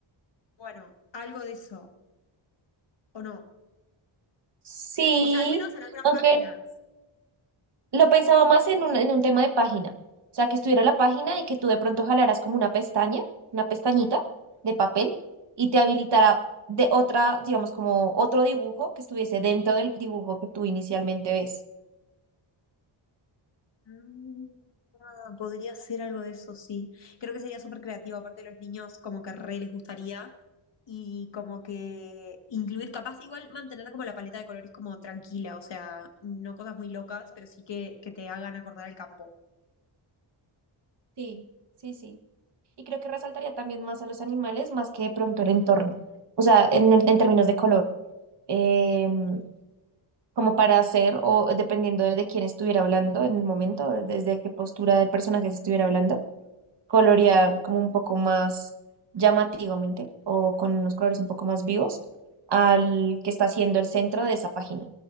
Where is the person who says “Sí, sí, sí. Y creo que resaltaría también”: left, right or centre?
Right